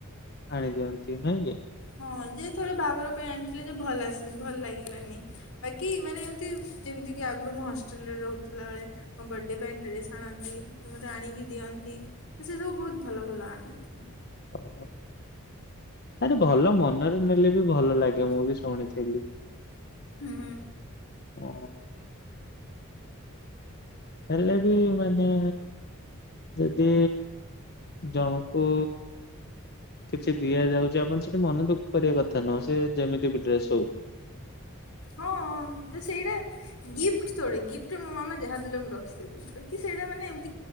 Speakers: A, on the left (about 50°); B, on the left (about 75°).
A: ଆଣିଦିଅନ୍ତି ନାହିଁ କି?
B: ହଁ ଯେ ଥରେ ବାହାଘର ପାଇଁ ଆଣିଥିଲେ ଯେ ଭଲ ଆସେ ଭଲ ଲାଗିଲାନି। ବାକି ମାନେ ଏମିତି ଯେମିତି କି ଆଗୁରୁ ମୁଁ ହଷ୍ଟେଲ୍ ରେ ରହୁଥିଲା ବେଳେ ମୋ ବାର୍ଥିଡେ ପାଇଁ ଡ୍ରେସ୍ ଆଣନ୍ତି ତ ମତେ ଆଣିକି ଦିଅନ୍ତି ତ ସେ ସବୁ ବହୁତ୍ ଭଲ ଭଲ ଆଣନ୍ତି।
A: ଓହୋ ଆରେ ଭଲ ମନରେ ନେଲେ ବି ଭଲ ଲାଗେ ମୁଁ ବି ଶୁଣିଥିଲି।
B: ହୁଁ।
A: ଅଁ। ହେଲେ ବି ମାନେ ଯଦି ଜଣକୁ କିଛି ଦିଆଯାଉଛି ଆପଣ ସେଠି ମନେ ଦୁଃଖ କରିବା କଥା ନୁହଁ ସେ ଯେମିତି ବି ଡ୍ରେସ୍ ହଉ।
B: ହଁ ଅଁ ତ ସେଇଟା ଗିଫ୍ଟ୍ ଥୋଡେ ଗିଫ୍ଟ୍ ମୋ ମାମା ଯାହା ଦେଲେ ମୁଁ ରଖିଦେବି ବାକି ସେଇଟା ମାନେ ଏମ୍ ତି